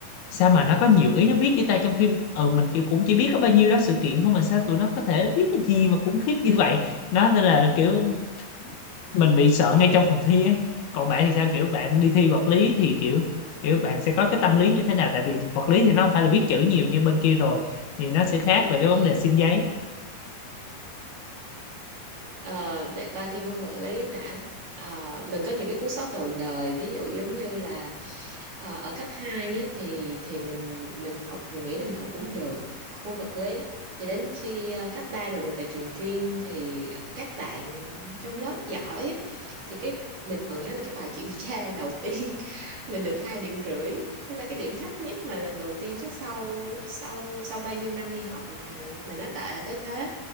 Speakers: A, on the left (about 80°); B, on the right (about 55°).
A: sao mà nó có nhiều ý nó viết với ta trong khi ừ, mình chỉ, cũng chỉ biết có bao nhiêu đó sự kiện thôi mà sao tụi nó có thể viết cái gì mà khủng khiếp như vậy nó nên là kiểu mình bị sợ ngay trong phòng thi ấy còn bạn thì sao kiểu bạn đi thi vật lý thì kiểu kiểu bạn sẽ có cái tâm lý như thế nào tại vì vật lý thì nó không phải là viết chữ nhiều như bên kia rồi thì nó sẽ khác
B: đúng
A: về cái
B: rồi.
A: vấn đề xin giấy
B: Ờ, để coi thi môn vật lý hả? Ờ, mình có những cái cú sốc đầu đời ví dụ giống như là ờ, ở cấp 2 á, thì thì mình mình học mình nghĩ là mình học cũng được môn vật lý thì đến khi ờ, cấp 3 rồi mình phải trường chuyên thì các bạn trong lớp giỏi á, thì cái mình còn nhớ là cái bài kiểm tra đầu tiên <laughs> mình được hai điểm rưỡi tức là cái điểm thấp nhất mà lần đầu tiên chắc sau sau sau bao nhiêu năm đi học mà mà nó tệ tới thế